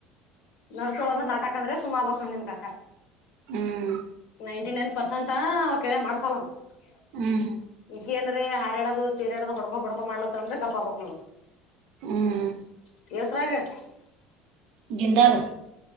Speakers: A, on the left (about 70°); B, on the right (about 65°).
A: ನಡ್ಸೋಳೋಂತ ನಾಟಕ ಅಂದ್ರೆ ಸುಮ ಬಕ್ ನಾವ ನಿಮ್ ಕಾಕ
B: ಹ್ಮ್
A: ನೈಂಟಿ ನೈನ್ ಪರ್ಸೆಂಟಾ ಅವರಾ ಕೈಲೆ ಮಾಡ್ಸಲ <unintelligible>
B: ಹ್ಮೀ <unintelligible>
A: ಇಕಿ ಅಂದ್ರೆ ಹಾರ್ಯಾಡೋದು ಚೀರಿಾಡದು ಹೊಡ್ಕೋ ಬಿಡ್ಕೋ ಮಾಡ್ಲತ್ತ ಅಂದ್ರೆ ಗಪ್ಪಬಕ್ ನೋ
B: ಹ್ಮ್
A: <unintelligible> ಎಸರಾಗ <unintelligible>
B: ಗಿಂದರು <unintelligible>